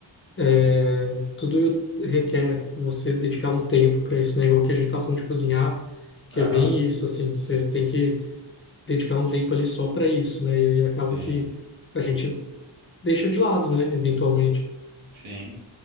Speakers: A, on the right; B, on the left.
A: Sim.
B: é, tudo requer você dedicar um tempo para isso, né? Igual que a gente tá falando de cozinhar, que
A: Aham.
B: é bem isso, assim, você tem que dedicar um tempo ali só para isso, né? E aí acaba
A: Sim.
B: que a gente deixa de lado, né? Eventualmente.
A: Sim.